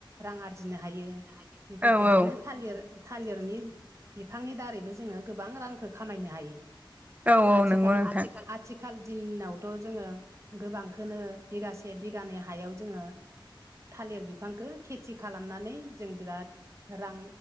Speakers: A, on the right; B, on the right.
A: रां आरजिनो हायो।
B: हायो
A: बेफोरबायदिनो थालिर थालिरनि बिफांनि दारैबो जोङो गोबां रांखौ खालाम खामायनो हायो।
B: औ औ
A: आथिखाल
B: नंगौ नोंथां
A: आथिखाल दिनावथ' जोङो गोबांखौ बिगासे बिगानि हायाव जोङो थालिर बिफांखौ खेथि खालामनानै जों बिराद रां